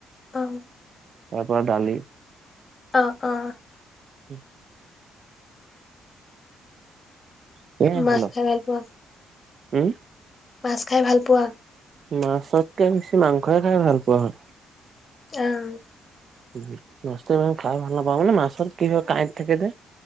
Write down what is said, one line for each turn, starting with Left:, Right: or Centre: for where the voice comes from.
Left: অ',
Right: তাৰ পৰা দালি
Left: অ', অ',
Right: উম <unintelligible> সয়ে
Left: মাছ
Right: খালো
Left: খাই ভাল পোৱা
Right: উম,
Left: মাছ খাই ভালপোৱা
Right: মাছতকে বেছি মাংসয়ে খাই ভাল পোৱা হয়।
Left: অ',
Right: উ মাছ ম খাই ভাল নাপাওঁ মানে মাছৰ কি হয় কাঁইট থাকে যে